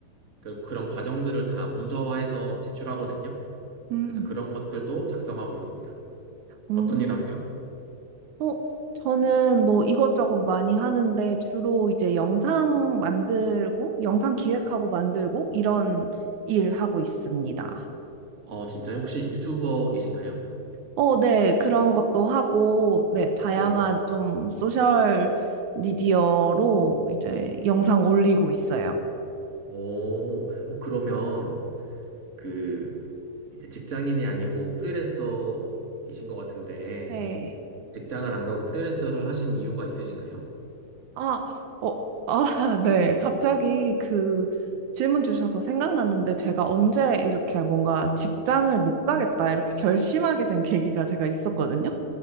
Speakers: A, on the right (about 25°); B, on the right (about 80°).
A: 그- 그런 과정들을 다 문서화해서 제출하거든요.
B: 음,
A: 그래서 그런 것들도 작성하고 있습니다.
B: 음,
A: 어떤 일 하세요?
B: 어, 저는 뭐 이것저것 많이 하는데 주로 이제 영상 만들고, 영상 기획하고 만들고 이런 일 하고 있습니다.
A: 어, 진짜요? 혹시 유튜버이신가요?
B: 어, 네, 그런 것도 하고, 네, 다양한
A: 네네.
B: 좀 소셜 미디어로 이제 영상 올리고 있어요.
A: 오, 어, 그러면 그 이제 직장인이 아니고 프리랜서이신 것 같은데
B: 네.
A: 직장을 안 가고 프리랜서를 하신 이유가 있으신가요?
B: 아, 어, 아, <laughs> 네. 갑자기 그 질문 주셔서 생각났는데 제가 언제 이렇게 뭔가 직장을 못 가겠다 이렇게 결심하게 된 계기가 제가 있었거든요.